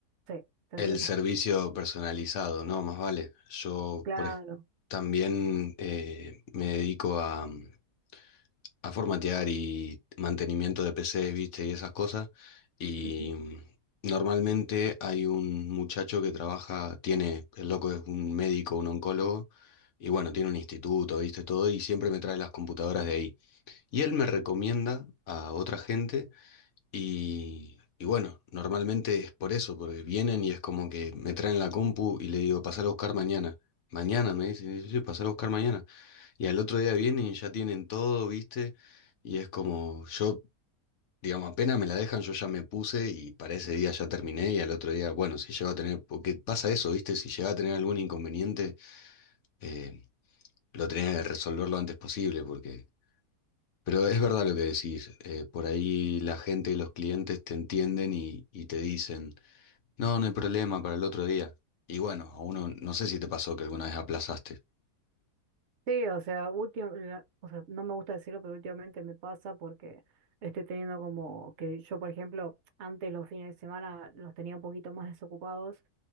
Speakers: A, on the right (about 60°); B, on the left (about 55°).
A: sí, ¿se
B: El
A: entiende?
B: servicio personalizado, ¿no? Más vale. Yo
A: <laughs>
B: por ej- también eh, me dedico a, mm, a formatear y mantenimiento de PCs, viste, y esas cosas. Y
A: Claro.
B: mm, normalmente hay un muchacho que trabaja, tiene, el loco es un médico, un oncólogo, y bueno, tiene un instituto, viste, todo, y siempre me trae las computadoras de ahí. Y él me recomienda a otra gente y, y bueno, normalmente es por eso, porque vienen y es como que me traen la compu y le digo, pasar a buscar mañana. Mañana me dicen, sí, sí, sí, pasar a buscar mañana. Y al otro día vienen y ya tienen todo, ¿viste? Y es como, yo, digamos, apenas me la dejan, yo ya me puse y para ese día ya terminé y al otro día, bueno, si llego a tener, porque pasa eso, ¿viste? Si llega a tener algún inconveniente, eh, lo tenés que resolver lo antes posible, porque pero es verdad lo que decís, eh, por ahí la gente y los clientes te entienden y, y te dicen, no, no hay problema para el otro día. Y bueno, a uno no sé si te pasó que alguna vez aplazaste.
A: Sí, o sea, últim- la- o sea, no me gusta decirlo, pero últimamente me pasa porque estoy teniendo como que yo, por ejemplo, antes los fines de semana los tenía un poquito más desocupados,